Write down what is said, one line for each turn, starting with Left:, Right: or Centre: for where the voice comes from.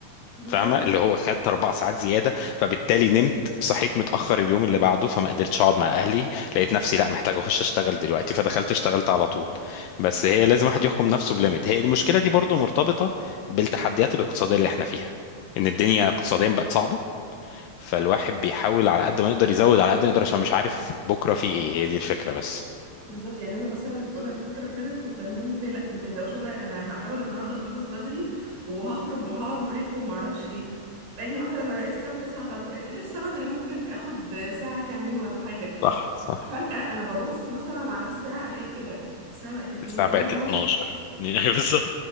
Right: بالظبط
Left: فاهمه اللي هو خدت اربع ساعات زياده فبالتالي نمت صحيت متاخر اليوم اللي بعده فما قدرتش اقعد مع اهلي لقيت نفسي لا محتاج اخش اشتغل دلوقتي فدخلت اشتغلت على طول بس هي لازم واحد يحكم نفسه بليميت هي المشكله دي برضو مرتبطه بالتحديات الاقتصاديه اللي احنا فيها ان الدنيا اقتصاديا بقت صعبه فالواحد بيحاول على قد ما يقدر يزود على قد ما يقدر عشان مش عارف بكره في ايه هي دي الفكره بس
Right: بالظبط يعني انا مثلا اللي بقولك الفتره اللي فاتت كنت اعمل لهم ازاي لا ما تقلقوش والله انا هحاول النهارده اخلص بدري وهخرج وهقعد معاكم وما اعرفش ايه اجي مثلا الاقي الساعه 9 طب آه، لسه بدري ممكن اخد آه، ساعه كمان ولا حاجه
Left: صح صح
Right: فجاه انا ببص مثلا على الساعه الاقي ايه ده الساعه بقت 2
Left: الساعه
Right: 2
Left: بقت
Right: ونص
Left: 12 <laughs> بالظبط